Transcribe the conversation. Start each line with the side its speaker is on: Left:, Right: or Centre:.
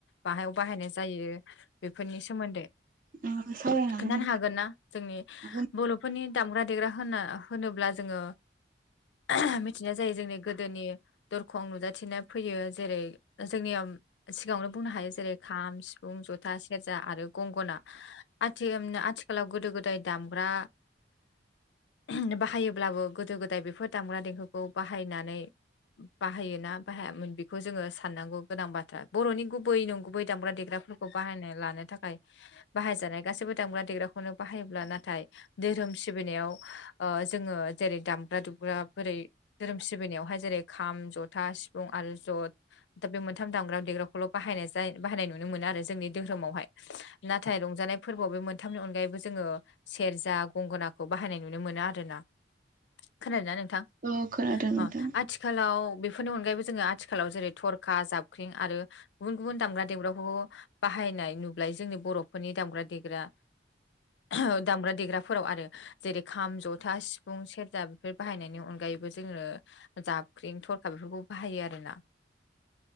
Left: बाहायाव बाहायनाय जायो बेफोरनि सोमोन्दै
Right: ओ सावरायनो
Left: खोन्थानो हागोन ना जोंनि
Right: हागोन नोंथां हागोन
Left: बर'फोरनि दामग्रा देग्रा होननो होनोब्ला जोङो ओह मिथिनाय जायो जोंनि गोदोनि दरखं नुजाथिना फैयो जेरै जोंनि ओम सिगाङावनो बुंनो हायो जेरै खाम सिफुं जथा सेरजा आरो गंगना आथि ओम आथिखालाव गोदो गोदाय दामब्रा ओहोम बायोब्लाबो गोदो गोदाय बेफोर दामग्रा देंखोखौ खौ बाहायनानै बाहायोना बाहायामोन बेखौ जोङो साननांगौ गोनां बाथ्रा बर'नि गुबै नंगुबै दामग्रा देग्राफोरखौ बाहायना लानो थाखाय बाहायजानाय गासैबो दामग्रा देग्राखौनो बाहायोब्ला नाथाय धोरोम सिबिनायाव ओ जोङो जेरै दामग्रा दुबग्रा बोरै धोरोम सिबिनायावहाय जेरै खाम जथा सिफुं आरो जथ दा बे मोनथाम दामग्रा देग्राखौल' बाहायनाय जाय बाहायनाय नुनो मोनो आरो जोंनि धोहोरोमावहाय नाथाय रंजानाय फोरबोआव बे मोनथामनि अनगायैबो जोङो सेरजा गंगोनाखौ बाहायनाय नुनो मोनो आरो ना खोनादोंना नोंथां
Right: औ खोनादों नोंथां
Left: ओ आथि खालाव बेफोरनि अनगायैबो जोङो आथिखालाव जेरै थरखा जाबख्रिं आरो गुबुन गुबुन दामग्रा देग्राखौ बाहायनाय नुबाय जोंनि बर'फोरनि दामग्रा देग्रा ओ दामग्रा देग्राफोराव आरो जेरै खाम जथा सिफुं सेरजा बेफोर बाहायनायनि अनगायैबो जोङो जाबख्रिं थरखा बेफोरखौ बाहायो आरो ना